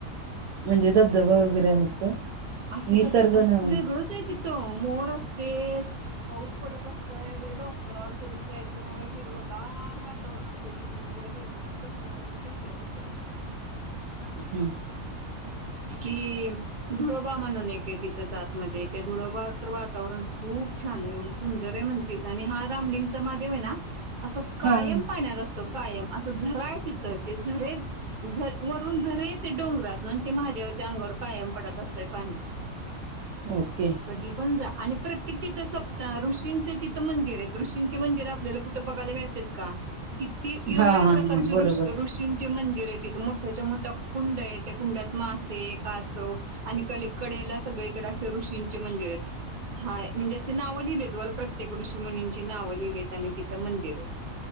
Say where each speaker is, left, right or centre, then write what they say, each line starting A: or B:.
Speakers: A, on the right; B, on the right.
A: म्हणजे धबधबा वगैरे आहेत का?
B: अस
A: निसर्ग
B: तर अस
A: न
B: वेगळच आहे तिथं मोर असतेच पाऊस पडत असतोय वर डोंगरावर चढून जायचं हिरवगार वातावरण असतय तिकडं तिकडं हिरवगार डोंगरावरून दिसतंय सगळं तिथ
A: हं
B: <unintelligible> ते धुळोबा म्हणून एक आहे तिथ आत मध्ये त्या धुळबावर तर वातावरण खूप छान हाय एवढं सुंदर आहे म्हणतीस आणि हा रामलिंगचा महा <unintelligible> असं कायम
A: हा हा.
B: पाण्यात असत कायम असं झरा हाय तिथं ते झरे झ वरून झरे ते डोंगरात ना ते महादेव च्या अंगावर कायम पडत असंतय पाणी
A: ओके
B: कधी पण जा आणि प्रत्येक तिथं सप्ताह ऋषींचे तिथं मंदिर आहेत. ऋषींचे मंदिर आपल्याला कुठे बघायला मिळतात का? किती एवढ्या
A: हा हा
B: प्रकारचे
A: हा हा. बरोबर
B: ऋष ऋषींचे मंदिर तिथं एक मोठ्याच्या मोठ्या कुंड आहे त्या कुंडात मास से, कासव आणि क कडेला सगळीकडे असे ऋषींचे मंदिर आहेत. हाय म्हणजे असं नाव लिहिलेत? वर प्रत्येक ऋषी मुनींची नाव लिहिलीत आणि तिथं मंदिर आहे.